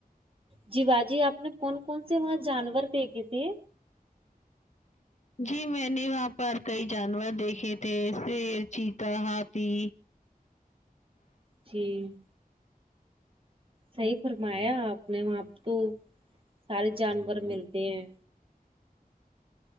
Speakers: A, on the right (about 35°); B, on the left (about 50°).
A: جی باجی آپ نے کون کون سے وہاں جانور دیکھے تھے
B: جی میں نے وہاں پر کئی جانور دیکھے تھے شیر چیتا ہاتھی
A: جی صحیح فرمایا آپ نے وہاں تو سارے جانور ملتے ہیں